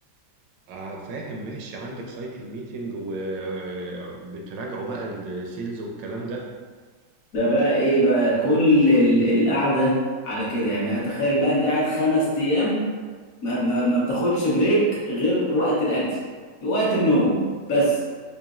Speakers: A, on the right; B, on the left.
A: آه فاهم ماشي عندك سايكل ميتنج وبتراجعوا بقى السيلز والكلام ده
B: ده بقى ايه بقى كل ال- القعده على كده يعني تخيل بقى انت قاعد خمس ايام ما ما ما بتاخدش بريك غير وقت الاكل وقت النوم بس